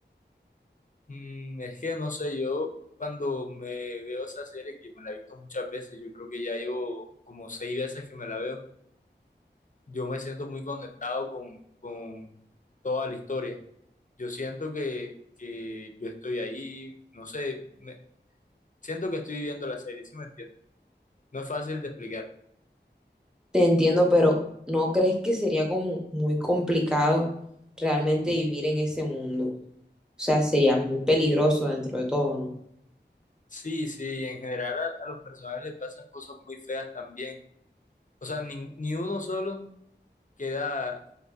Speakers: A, on the left; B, in the centre.
A: Mm, es que no sé, yo cuando me veo esa serie, que me la he visto muchas veces, yo creo que ya llevo como seis veces que me la veo, yo me siento muy conectado con, con toda la historia. Yo siento que, que yo estoy ahí, no sé, me- siento que estoy viviendo la serie, ¿sí me entiendes? No es fácil de explicar.
B: Te entiendo, pero ¿no crees que sería como muy complicado realmente vivir en ese mundo? O sea, sería muy peligroso dentro de todo, ¿no?
A: Sí, sí, en general a, a los personajes les pasan cosas muy feas también. O sea, ni, ni uno solo queda,